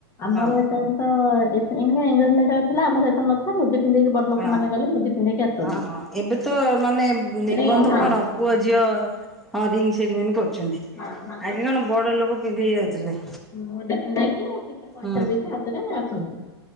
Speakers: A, on the left; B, in the centre.
A: ଆମର
B: ହଁ
A: ଏପଟେ <unintelligible> ମୁଦି ପିନ୍ଧେଇକି ବଡ ଲୋକ
B: ହଁ
A: ମାନେ ଗଲେ ମୁଦି ପିନ୍ଧେଇକି ଆସନ୍ତି
B: ହଁ ହଁ ଏବେ ତ ମାନେ
A: <unintelligible>
B: ନିର୍ବନ୍ଧ କଣ ପୁଅ ଝିଅ ହଁ ରିଙ୍ଗ ସେରିମନି କରୁଛନ୍ତି।
A: ହଁ ହଁ
B: ଆଗେ କଣ ବଡ଼ ଲୋକ ପିନ୍ଧେଇ ଯାଉଥିଲେ।
A: ହ ମୁଦି ପିନ୍ଦେଇକି କିଛି ପଇସା
B: ହୁଁ
A: ଦେଇକି ହାତରେ ଆସନ୍ତି